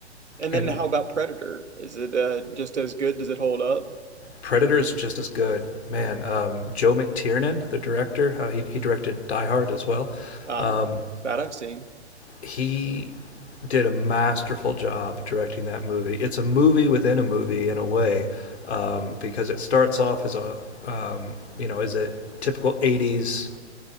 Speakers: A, on the right (about 80°); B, on the left (about 65°).
A: And
B: And
A: then how about Predator? Is it uh, just as good? Does it hold up?
B: Predator is just as good, man. Um, Joe McTiernan, the director, uh, he he directed Die Hard as well.
A: Ah,
B: Um,
A: that I've seen.
B: he did a masterful job directing that movie. It's a movie within a movie in a way, um, because it starts off as a um, you know as a typical '80s